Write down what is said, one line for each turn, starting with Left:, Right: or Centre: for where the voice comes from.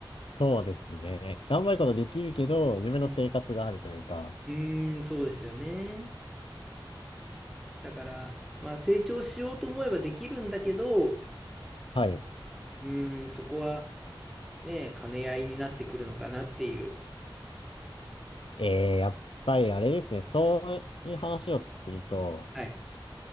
Left: そうですね。頑張ることできるけど、自分の生活があるというか、
Centre: うん、うーん、そうですよね。だから、まあ成長しようと思えばできるんだけど、う
Left: はい。
Centre: ーん、そこはねえ、兼ね合いになってくるのかなっていう。
Left: えー、やっぱりあれですね、そういう話をすると、
Centre: はい。